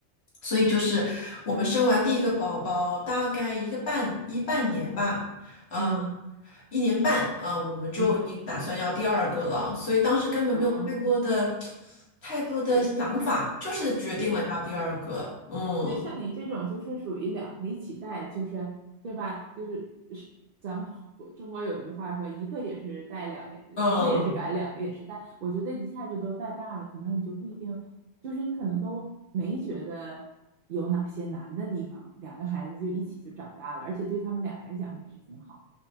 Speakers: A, on the left; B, on the right.
A: 所以就是我们生完第一个宝宝大概一个半一半年吧，嗯。
B: 嗯
A: 一年半啊，我们就已经打算要第二个了，
B: 嗯。
A: 所以当时根本没有太多的、
B: 啊，
A: 太多的想法，
B: 对你
A: 就是决定了要第二个。
B: 对
A: 嗯
B: 对，像你这种就是属于两个一起带，就是对吧？就是是咱们国中国有句话说，一个也是带，两个一个也是赶，
A: 嗯，
B: 两个也是带。我觉得一下就都带大了，可能你就不一定，就是你可能都没觉得有哪些难的地方，两个孩子就一起就长大了，而且对他们俩来讲也是挺好，